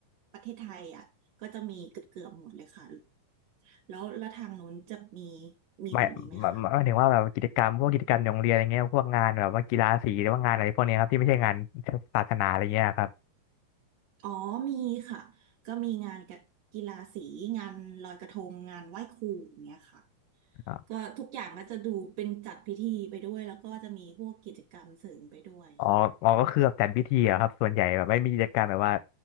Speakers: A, on the right (about 70°); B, on the left (about 80°).
A: ประเทศไทยอ่ะก็จะมีเกือบเกือบหมดเลยค่ะแล้วแล้วทางนู้นจะมีมีแบบนี้ไหมคะ
B: หมายหมายหมายถึงว่าแบบกิจกรรมพวกกิจกรรมในโรงเรียนอะไรเงี้ยพวกงานแบบว่ากีฬาสีหรือว่างานอะไรพวกเนี้ยครับที่ไม่ใช่งานศาสนาอะไรเงี้ยครับ
A: อ๋อมีค่ะก็มีงานกับกีฬาสีงานลอยกระทงงานไหว้ครูอย่างเงี้ยค่ะ
B: อ๋อ
A: ก็ทุกอย่างก็จะดูเป็นจัดพิธีไปด้วยแล้วก็จะมีพวกกิจกรรมเสริมไปด้วยค่ะ
B: อ๋อก็คือแบบจัดพิธีอะครับส่วนใหญ่แบบไม่มีกิจกรรมแบบว่า